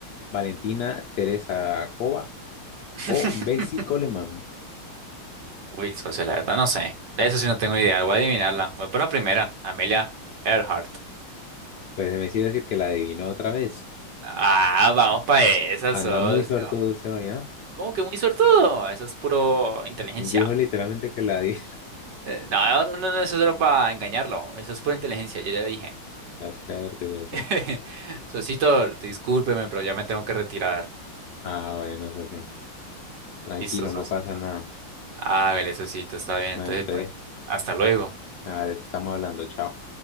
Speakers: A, on the left; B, on the right.
A: Valentina Teresa Cova
B: <laughs>
A: o Bessie Coleman?
B: Uy, el socio, la verdad no sé. De eso sí no tengo ni idea. Voy a adivinarla. Voy por la primera, Amelia Earhart.
A: Pues me decir socio, que la adivinó otra vez.
B: Ah, vamos para esa,
A: Anda
B: socio.
A: muy suertudo usted hoy, ¿ah?
B: ¿Cómo que muy suertudo? Eso es puro inteligencia.
A: Dijo literalmente que la adivinó.
B: Eh, no, no, no, no, eso era para engañarlo. Eso es pura inteligencia, yo ya dije.
A: <laughs> Está suerte, socio.
B: <laughs> Socito, discúlpeme, pero ya me tengo que retirar.
A: Ah, bueno, socio. Tranquilo,
B: Listo, socio.
A: no pasa nada.
B: Ah, vale, Sosito, está bien.
A: Bueno,
B: Entonces,
A: entonces,
B: pues, hasta luego.
A: a ver, eso estamos hablando. Chao.